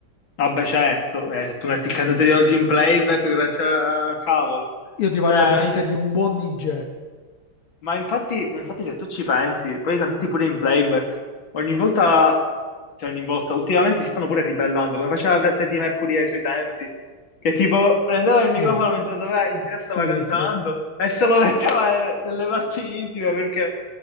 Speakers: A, on the left; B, on the left.
A: Vabbè, certo, eh, se tu metti il cantante di oggi in playback, grazie al cavolo.
B: Io ti parlo
A: Cioè,
B: ovviamente
A: eh,
B: di un buon DJ.
A: ma infatti, ma infatti se tu ci pensi, poi i cantanti pure in playback, ogni volta, cioè ogni volta, ultimamente si stanno pure ribellando, come faceva Fre- Freddie Mercury ai suoi tempi, che tipo prendeva
B: Sì,
A: il microfono mentre doveva, in diretta
B: sì,
A: stava cantando
B: sì.
A: e se lo metteva eh, nelle parti intime perché,